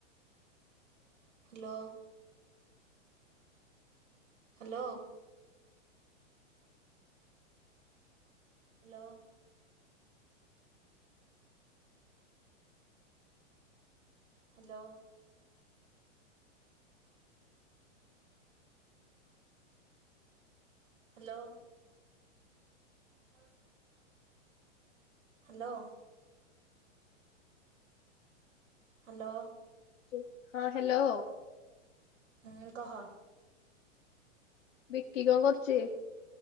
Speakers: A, on the right; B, on the left.
A: Hello. hello. Hello. Hello. Hello. <unintelligible> Hello. Hello.
B: ଉଁ ହଁ ହାଲୋ।
A: ହୁଁ କହ।
B: ବିକି କଣ କରୁଚି?